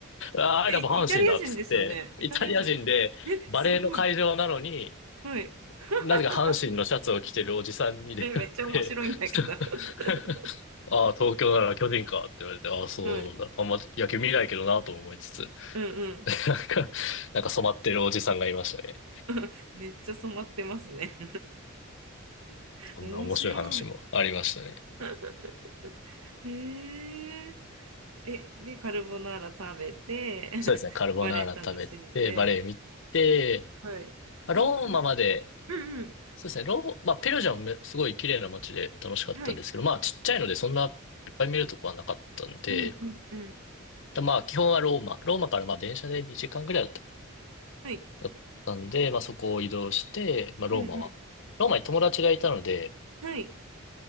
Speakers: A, on the right; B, on the left.
A: <laughs>
B: ああ、I
A: え、
B: l o 阪神だっつって、
A: イタリア人ですよね。イタリア人です。
B: イタリア人でバレーの会場なのに、
A: え、すごい。はい。<laughs>
B: なぜか阪神のシャツを着てるおじさんに出会って、
A: え、めっちゃ面白いんだけど。<laughs>
B: <laughs> ああ、東京なら巨人かって言われて、ああ、そうだ。
A: はい。
B: あんま野球見ないけどなと思いつつ。
A: うんうん。
B: <laughs> なんか、なんか染まってるおじさんがいましたね。
A: <laughs> めっちゃ染まってますね。<laughs>
B: そんな面白い話もありましたね。
A: 面白い。<laughs> へえ。え、で、カルボナーラ食べて、
B: そうですね、
A: <laughs>
B: カルボナーラ食べて、
A: バレエ楽しんで、
B: バレエ見て、
A: はい。
B: まあローマまで、
A: 簡単。うんうん。
B: そうですね、ロー、まあ、ペルージャもめすごい綺麗な街で楽しかったんですけど、
A: はい。
B: まあ、ちっちゃいのでそんないっぱい見るとこはなかったんで、
A: うんうんうん。
B: だまあ、基本はローマ、ローマからまあ、電車で2時間ぐらいだったか
A: はい。
B: なだったんで、まあ、そこを移動して、まあ、ローマは、
A: うんうん。
B: ローマに友達がいたので、
A: はい。